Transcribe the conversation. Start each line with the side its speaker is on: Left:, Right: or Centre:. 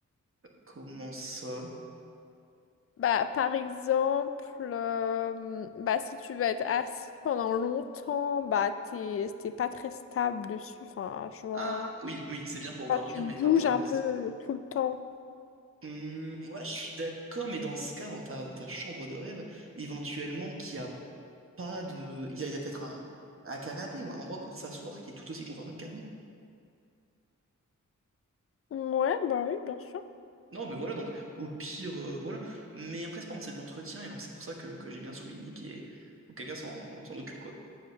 Right: Comment ça?
Left: Bah, par exemple, euh, bah, si tu veux être assis pendant longtemps, bah, t'es, t'es pas très stable dessus. Enfin, je vois.
Right: Ah oui, oui, c'est bien pour
Left: Enfin,
Right: dormir,
Left: tu bouges
Right: mais pas pour
Left: un
Right: le reste.
Left: peu tout le temps.
Right: Hum, ouais, je suis d'accord, mais dans ce cas, dans ta, dans ta chambre de rêve, éventuellement qu'il n'y a pas de... Il y a, il y a peut-être un, un canapé ou un endroit pour s'asseoir qui est tout aussi confortable qu'un lit.
Left: Ouais, bah oui, bien sûr.
Right: Non, mais voilà, donc au pire, euh, voilà. Mais après, c'est par contre, c'est de l'entretien, et donc c'est pour ça que, que j'ai bien souligné qu'il est... faut que quelqu'un s'en s'en occupe, quoi.